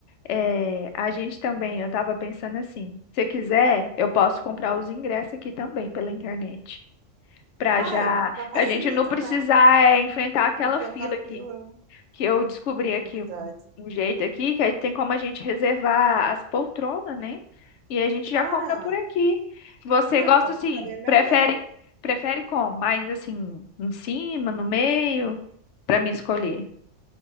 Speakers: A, on the left; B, on the right.
A: É, a gente também, eu estava pensando assim, se quiser, eu posso comprar os ingressos aqui também pela internet, para
B: Ai,
A: já,
B: já facilita,
A: para a gente não precisar
B: né?
A: é, enfrentar aquela
B: Enfrentar
A: fila
B: a fila,
A: aqui,
B: né?
A: que eu descobri aqui
B: Verdade.
A: um, um jeito aqui, que aí tem como a gente reservar as poltronas, né? E a gente já
B: Ah,
A: compra por aqui. Você
B: não,
A: gosta
B: então
A: assim,
B: ficaria melhor.
A: prefere, prefere como? Mais assim, em cima, no meio, para me escolher.